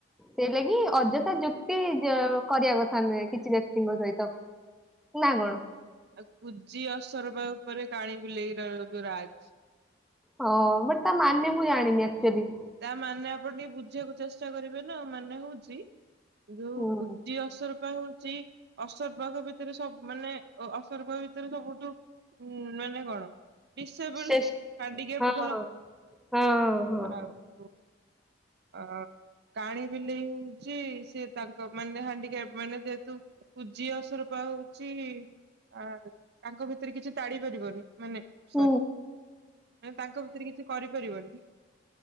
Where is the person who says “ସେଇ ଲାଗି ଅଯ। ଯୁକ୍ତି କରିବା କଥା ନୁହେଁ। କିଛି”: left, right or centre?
Centre